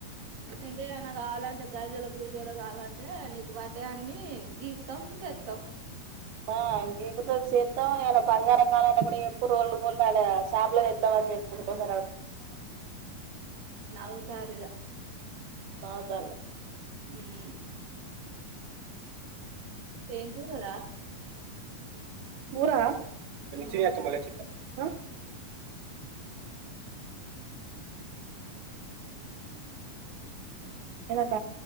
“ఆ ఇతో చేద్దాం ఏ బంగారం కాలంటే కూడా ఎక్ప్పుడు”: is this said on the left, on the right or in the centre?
Right